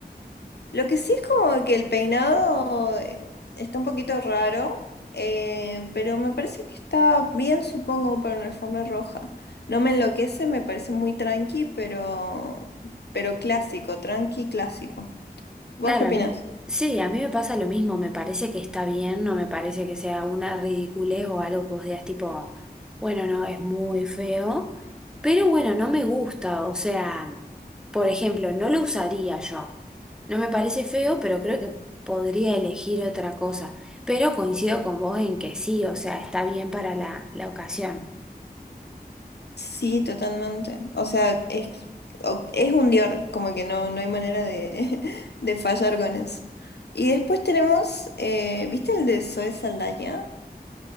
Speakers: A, on the left; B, in the centre.
A: Lo que sí es como que el peinado eh, está un poquito raro, eh, pero me parece que está bien, supongo, para una alfombra roja. No me enloquece, me parece muy tranqui, pero, pero clásico, tranqui clásico. ¿Vos
B: Claro,
A: qué opinás?
B: a mí. Sí, a mí me pasa lo mismo. Me parece que está bien, no me parece que sea una ridiculez o algo que vos digas tipo, bueno, no, es muy feo. Pero bueno, no me gusta. O sea, por ejemplo, no lo usaría yo. No me parece feo, pero creo que podría elegir otra cosa. Pero coincido con vos en que sí, o sea, está bien para la, la ocasión.
A: Sí, totalmente. O sea, es, o- es un Dior, como que no, no hay manera de, <laughs> de fallar con eso. Y después tenemos, eh, ¿viste el de Zoe Saldaña?